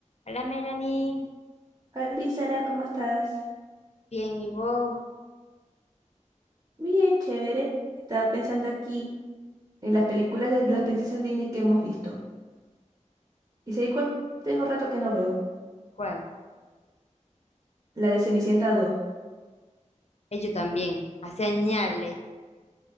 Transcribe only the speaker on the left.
Hola Melanie,
Bien, ¿y vos?
¿Cuál?
Eh, yo también. A señales.